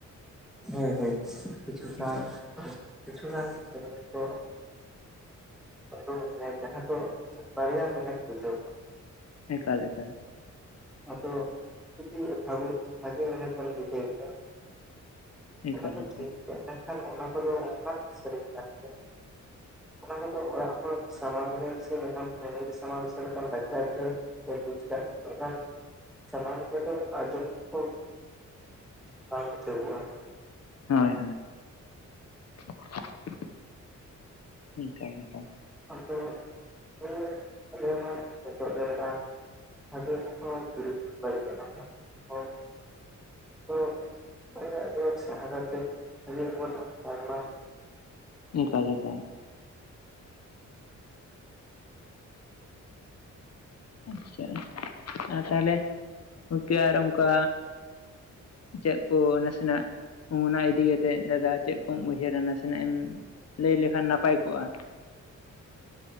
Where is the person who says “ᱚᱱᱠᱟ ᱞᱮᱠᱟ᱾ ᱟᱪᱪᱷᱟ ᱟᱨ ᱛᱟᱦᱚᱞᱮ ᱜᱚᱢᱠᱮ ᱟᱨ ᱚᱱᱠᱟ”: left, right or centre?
Left